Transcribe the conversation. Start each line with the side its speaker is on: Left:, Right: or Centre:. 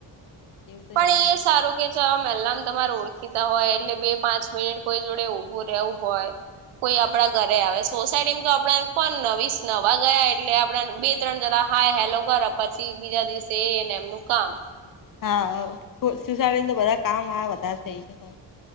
Left: એવું તો રહેવાનું
Right: પણ એ સારું કે. ચા એલમ તમારે ઓળખીતા હોય એટલે બે પાંચ મિનિટ કોઈ જોડે ઊભું રહેવું હોય, કોઈ આપડા ઘરે આવે સોસાયટીમાં તો આપડા પણ નવીસ નવા ગયા એટલે આપડા બે- ત્રણ જણાં હા, હેલો કરો પછી બીજા દિવસે એને એમનું કામ,
Left: હા સુસડીને તો બધા કામ આ વધારે થઈ જવાય.